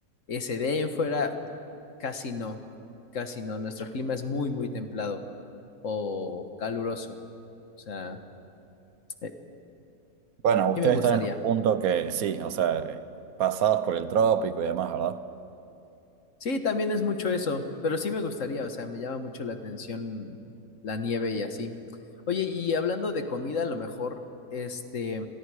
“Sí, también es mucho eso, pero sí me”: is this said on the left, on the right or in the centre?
Left